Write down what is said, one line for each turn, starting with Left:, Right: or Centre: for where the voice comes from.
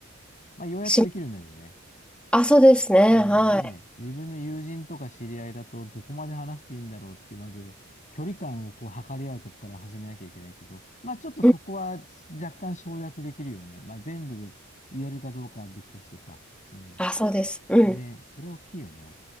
Left: まあ、ようやっとできるようになるよね。
Centre: しあそうですねはい、
Left: でね、自分の友人とか知り合いだと、どこまで話していいんだろうって、まず、距離感をこう測り合うとこから始めなきゃいけないけど、まあ、ちょっとそこは若干省略できるよね。
Centre: うん、
Left: まあ、全部言えるかどうかは別としてさ。うん。
Centre: あそうですうん
Left: ね、それ大きいよね。